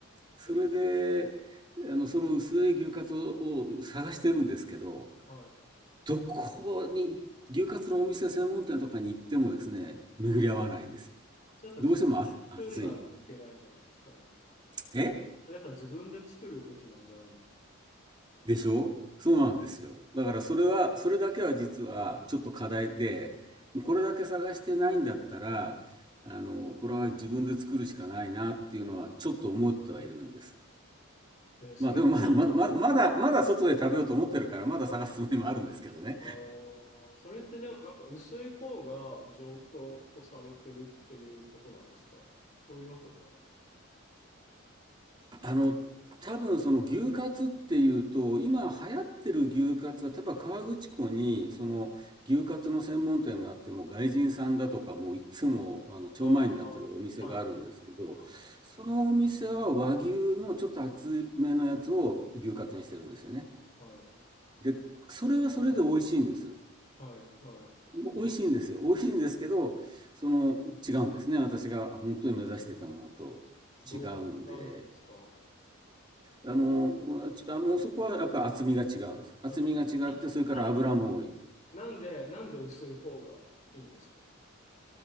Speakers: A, on the right (about 20°); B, on the left (about 35°).
A: それで、
B: ええ
A: あの、その薄い牛カツを探してるんですけど、
B: はい、
A: どこに、牛カツのお店専門店とかに行ってもですね、巡り合わないんです。
B: はい。それやっぱ自分で作んないといけないんじゃないですかね。
A: どうしてもあ暑い。え
B: それやっぱ自分で作るべきなんじゃないんですか。
A: でしょそうなんですよ。だからそれは、それだけは実はちょっと課題で、これだけ探してないんだったら、あの、これは自分で作るしかないなっていうのはちょっと思ってはいるんです。
B: ええそれってなんか、
A: まあでもまだ、まだまだ、まだ外で食べようと思ってるから、まだ探すつもりもあるんですけどね。
B: あーそれってでもなんか薄い方が上等とされてるっていうことなんですかそういうわけではないですか
A: あの、多分その牛カツっていうと、今流行ってる牛カツは、例えば河口湖に、その牛カツの専門店があって、もう外人さんだとか、もういつも、あの、超前になってるお店があるんですけど、
B: ああはい、
A: そのお店は和牛のちょっと厚めのやつを牛カツにしてるんですよね。
B: はい、
A: で、それはそれで美味しいんです。
B: はい、はい。はい
A: 美味しいんですよ。美味しいんですけど、その、違うんですね。私が本当に目指してたものと違うんで。
B: どう違うんですか
A: あの、うちあの、そこはやっぱり厚みが違うんです。厚みが違って、
B: あ、
A: それから油も多い。
B: なんなんで、なんで薄い方がいいんですか